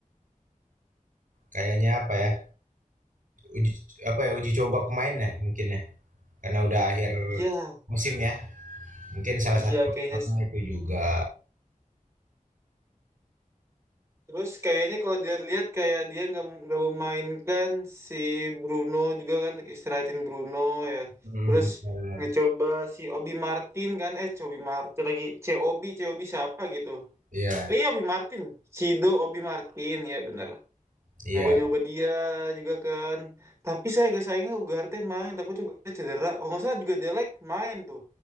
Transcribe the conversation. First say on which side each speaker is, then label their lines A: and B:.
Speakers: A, on the right; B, on the right.
A: kayaknya apa ya? Uji, apa ya uji coba pemain ya mungkin ya. Karena udah akhir
B: Iya,
A: musim ya. Mungkin salah
B: iya
A: satu
B: kayaknya.
A: faktornya
B: s-
A: itu juga.
B: Terus kayaknya kalau dilihat-lihat kayak dia nggak nggak memainkan si Bruno juga kan istirahatin Bruno ya.
A: Hmm,
B: Terus
A: bener.
B: ngecoba si Obi Martin kan? Eh, Cobi Martin lagi. COB, COB siapa gitu?
A: Iya,
B: Iya, Obi Martin. Cido Obi Martin, ya bener.
A: iya.
B: Nyoba-nyoba dia juga kan. Tapi saya agak sayangnya Ugarte main, takut juga cedera. Kalau nggak salah juga Delek main tuh.